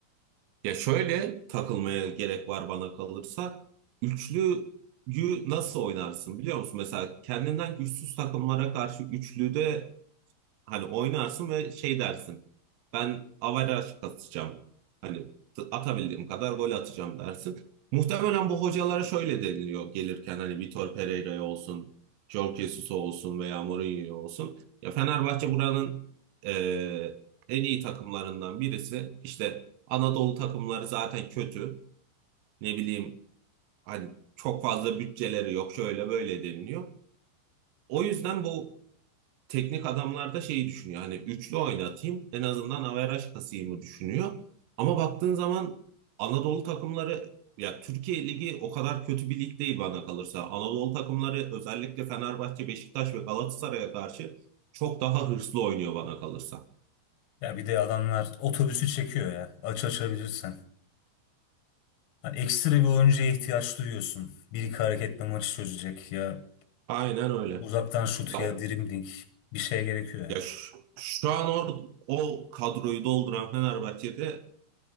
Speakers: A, on the right (about 90°); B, on the left (about 85°).
A: Ya şöyle takılmaya gerek var bana kalırsa. Üçlüyü nasıl oynarsın biliyor musun? Mesela kendinden güçsüz takımlara karşı üçlüde Hani oynarsın ve şey dersin. Ben averaj kasacağım. Hani t- atabildiğim kadar gol atacağım dersin. Muhtemelen bu hocalara şöyle deniliyor gelirken hani Vitor Pereira olsun, Jorge Jesus'a olsun veya Mourinho'ya olsun. Ya Fenerbahçe buranın eee, en iyi takımlarından birisi. İşte Anadolu takımları zaten kötü. Ne bileyim hani çok fazla bütçeleri yok şöyle böyle deniliyor. O yüzden bu teknik adamlar da şeyi düşünüyor. Hani üçlü oynatayım en azından averaj kasayımı düşünüyor. Ama baktığın zaman Anadolu takımları ya Türkiye Ligi o kadar kötü bir lig değil bana kalırsa. Anadolu takımları özellikle Fenerbahçe, Beşiktaş ve Galatasaray'a karşı çok daha hırslı oynuyor bana kalırsa.
B: Ya bir de adamlar otobüsü çekiyor ya. Aç açabilirsen. Hani ekstra bir oyuncuya ihtiyaç duyuyorsun. Bir iki hareketle maçı çözecek ya
A: Aynen öyle.
B: uzaktan şut
A: Ya,
B: ya dribbling bir şey gerekiyor ya.
A: ya şu, şu an or, o kadroyu dolduran Fenerbahçe'de